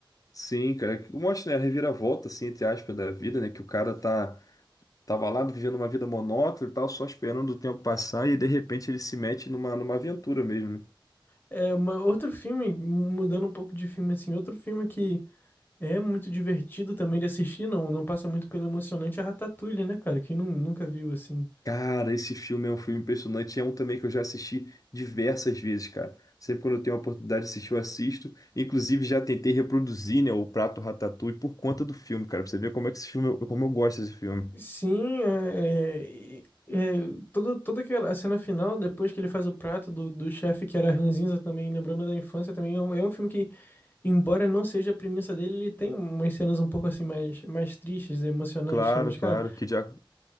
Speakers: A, on the left; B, on the left.
A: Sim, cara. Mostra, né, a reviravolta, assim, entre aspas, da vida, né? Que o cara tá. Tava lá vivendo uma vida monótona e tal, só esperando o tempo passar, e de repente ele se mete numa, numa aventura mesmo. né?
B: É, uma, outro filme, mudando um pouco de filme, assim, outro filme que É muito divertido também de assistir, não. Não passa muito pelo emocionante a Ratatouille, né, cara? Quem nun- nunca viu assim.
A: Cara, esse filme é um filme impressionante. É um também que eu já assisti diversas vezes, cara. Sempre quando eu tenho a oportunidade de assistir, eu assisto. Inclusive, já tentei reproduzir, né, o prato Ratatouille por conta do filme, cara. Pra você ver como é que esse filme, como eu gosto desse filme.
B: Sim, é, é, é, toda, toda aquela a cena final, depois que ele faz o prato do, do chefe que era ranzinza também, lembrando da infância também, é um, é um filme que, embora não seja a premissa dele, ele tem umas cenas um pouco assim mais, mais tristes, emocionantes,
A: Claro,
B: né? Mas, cara,
A: claro, que, já,